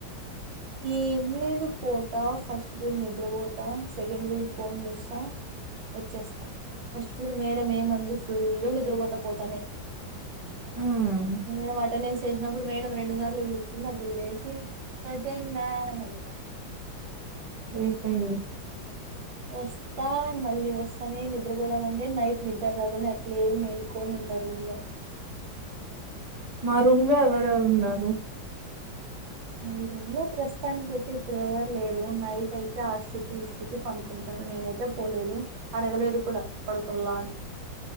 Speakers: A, on the right; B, on the right.
A: ఏం లేదు పోతా ఫస్ట్ పిరీడ్ నిద్రపోతా సెకండ్ పిరీడ్ ఫోన్ చూస్తా వచ్చేస్తా ఫస్ట్ పిరీడ్ మేడం ఏమందు ఫుల్ నిద్రపోతా పోతానే
B: మ్మ్
A: మేడం అటెండెన్స్ చేసినప్పుడు మేడం రెండు సార్లు <unintelligible> అప్పుడు లేసి ప్రజెంట్ మేడం అంటా
B: హుహు
A: వస్తా మళ్ళీ వస్తానే నిద్రపోదామంటే నైట్ నిద్ర లేదని, అట్లే మేలుకోని ఉంటా రూమ్ లో
B: మా రూమ్ లో ఎవరెవరు ఉన్నారు?
A: మీ రూంలో ప్రస్తుతానికి అయితే ఇప్పుడు ఎవరు లేరు, నైట్ అయితే ఆశృతి ఈశృతి పనుకుంటారు నేనైతే పోలేదు అడగలేదు కూడా పడుకుంలా అని